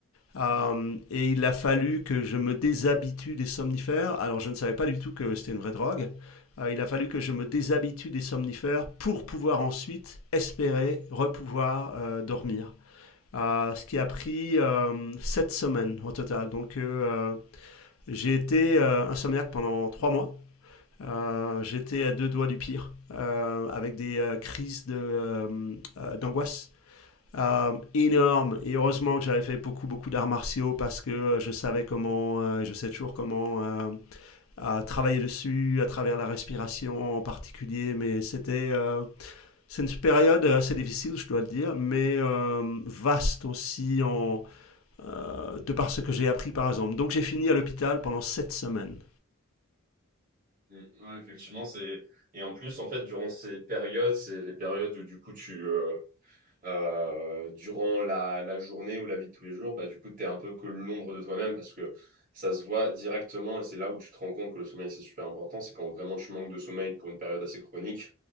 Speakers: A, on the left; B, on the right.
A: Euh,
B: Mhm.
A: et il a fallu que je me déshabitue des somnifères. Alors, je ne savais pas du tout que c'était une vraie drogue. Euh, il a fallu que je me déshabitue des somnifères pour pouvoir ensuite espérer repouvoir euh, dormir euh, ce qui a pris euh, 7 semaines au total. Donc euh, j'ai été euh, insomniaque pendant 3 mois. Euh, J'étais à deux doigts du pire, euh, avec des euh, crises de, euh, euh, d'angoisse euh, énormes. Et heureusement que j'avais fait beaucoup, beaucoup d'arts martiaux parce que euh, je savais comment, euh, je sais toujours comment euh, euh, travailler dessus, à travers la respiration en particulier. Mais c'était euh, c'est une période assez difficile, je dois le dire, mais euh, vaste aussi en, euh, de par ce que j'ai appris par exemple. Donc j'ai fini à l'hôpital pendant sept semaines.
B: Mm. Ouais, effectivement, c'est. Et en plus, en fait, durant ces périodes, c'est les périodes où du coup tu, euh, euh, durant la, la journée ou la vie de tous les jours, bah, du coup, tu es un peu que l'ombre de toi-même parce que ça se voit directement et c'est là où tu te rends compte que le sommeil, c'est super important. C'est quand vraiment tu manques de sommeil pour une période assez chronique